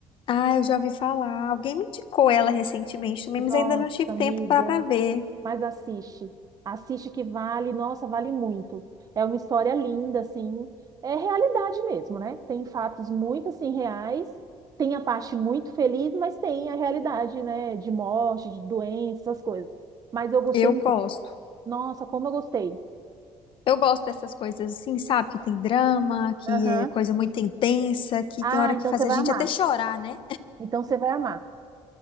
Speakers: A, on the left; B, on the right.
A: Ah, eu já ouvi falar. Alguém me indicou ela recentemente também,
B: Nossa,
A: mas ainda não tive
B: amiga.
A: tempo pra pra ver.
B: Mas assiste. Assiste que vale, nossa, vale muito. É uma história linda, assim. É realidade mesmo, né? Tem fatos muito, assim, reais. Tem a parte muito feliz, mas tem a realidade, né? De morte, de doença, essas coisas. Mas eu gostei
A: Eu
B: muito.
A: gosto.
B: Nossa, como eu gostei.
A: Eu gosto dessas coisas assim, sabe? Que tem drama, que
B: Aham.
A: é coisa muito intensa, que
B: Ah,
A: tem hora
B: então
A: que faz
B: você
A: a
B: vai
A: gente
B: amar.
A: até chorar, né?
B: Então você vai amar.